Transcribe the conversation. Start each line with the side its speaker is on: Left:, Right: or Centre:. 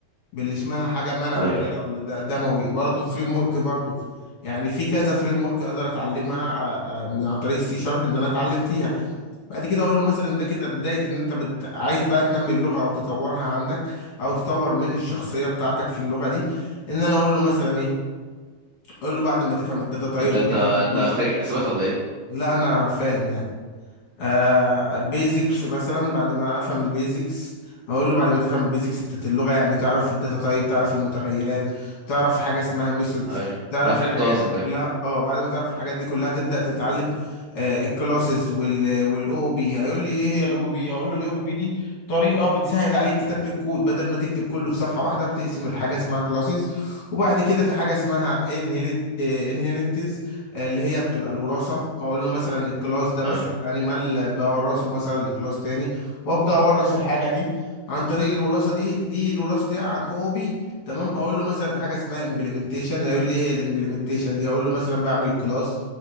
Left: باللي اسمها حاجه منوي
Right: ايوه
Left: كده
Right: ايوه
Left: ولا ده دموي برضه فريم ورك برضه يعني في كذا فريم ورك اقدر اتعلمها آه، آه، من عن طريق السي شارب ان انا اتعلم فيها بعد كده اقول له مثلا ده كده بدايه ان انت بت... عايز بقى تنمي اللغه او تطورها عندك او تطور من الشخصيه بتاعتك في اللغه دي ان انا اقول له مثلا ايه اقول له بعد ما تفهم الداتا تايب
Right: انت انت
Left: وتفهم
Right: انت
Left: البيزك
Right: خريج حسابات ولا ايه؟
Left: لا انا فاهم يعني آه بيزكس
Right: ما شاء
Left: مثلا
Right: الله
Left: بعد ما افهم البيزكس هقول له بعد ما تفهم البيزكس بتاعت اللغه يعني تعرف الداتا تايب تعرف المتغيرات تعرف حاجه اسمها ميثودز
Right: ايوه
Left: تعرف
Right: انا فهمت
Left: الحاجات
Right: قصدك
Left: دي
Right: ايوه
Left: كلها اه بعد ما تعرف الحاجات دي كلها تبدا تتعلم آه الكلاسز وال والاو بي هيقول لي ايه هي الاو بي هقول له الاو بي دي طريقه بتسهل عليك كتابه الكود بدل ما تكتب كله في صفحه واحده بتقسم الحاجه اسمها كلاسز وبعد كده في حاجه اسمها انهيرت انهيرنتز آه، اللي هي بتبقى الوراثه هقول له مثلا الكلاس ده مثلا
Right: ايوه
Left: انيمال بورثه مثلا لكلاس تاني وابدا اورث الحاجه دي عن طريق الوراثه دي دي الوراثه دي عن او بي تمام اقول له مثلا في حاجه اسمها امبلمنتيشن هيقول لي ايه الامبلمنتيشن دي هقول له مثلا بعمل كلاس